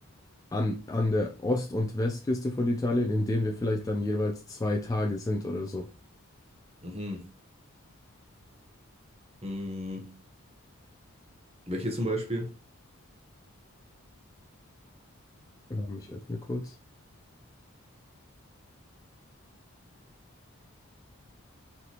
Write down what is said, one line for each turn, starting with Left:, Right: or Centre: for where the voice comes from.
Left: an, an der Ost- und Westküste von Italien, in denen wir vielleicht dann jeweils zwei Tage sind oder so.
Right: Mhm. Mhm. Welche zum Beispiel?
Left: Ähm, ich öffne kurz.